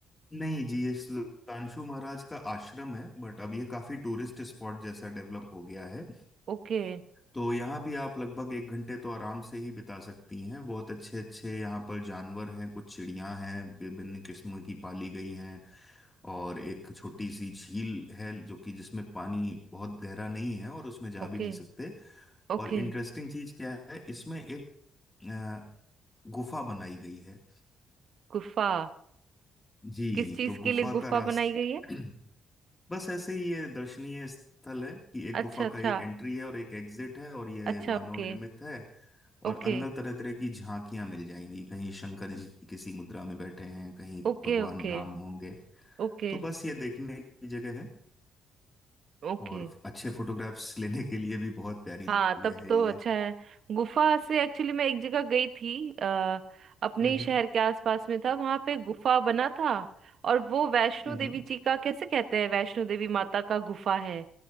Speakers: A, on the left; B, on the right.
A: नहीं जी ये सुधांशु महाराज का आश्रम है बट अब ये काफी टूरिस्ट स्पॉट जैसा डेवलप हो गया है
B: ओके
A: तो यहाँ भी आप लगभग एक घंटे तो आराम से ही बिता सकती हैं बहुत अच्छे अच्छे यहाँ पर जानवर हैं कुछ चिड़ियाँ हैं विभिन्न किस्म की पाली गई हैं और एक छोटी सी झील है जो कि जिसमें पानी बहुत गहरा नहीं है और उसमें जा
B: ओके
A: भी नहीं सकते
B: ओके
A: और इंटरेस्टिंग चीज क्या है इसमें एक अ, गुफा बनाई गई है
B: गुफा
A: जी
B: किस चीज
A: तो
B: के
A: गुफा
B: लिए गुफा
A: का रास्ता
B: बनाई गई है
A: <clears throat> बस ऐसे ही ये दर्शनीय स्थल है कि एक गुफा
B: अच्छा अच्छा
A: का एक एंट्री है और एक एग्जिट है और ये
B: अच्छा
A: मानव
B: okay
A: निर्मित है और
B: Okay
A: अंदर तरह तरह की झांकियां मिल जाएंगी कहीं शंकर जी किसी मुद्रा में बैठे हैं कहीं
B: Okay
A: भगवान
B: okay
A: राम होंगे
B: Okay
A: तो बस ये देखने की जगह है
B: Okay
A: और अच्छे फोटोग्राफ्स लेने के लिए भी बहुत प्यारी
B: हाँ
A: जगह
B: तब
A: है
B: तो
A: ये
B: अच्छा है गुफा से एक्चुअली मैं एक जगह गई थी आ, अपने
A: हम्म
B: ही शहर के आसपास में था वहां पे गुफा बना था और वो वैष्णो
A: हम्म
B: देवी जी का कैसे कहते हैं वैष्णो देवी माता का गुफा है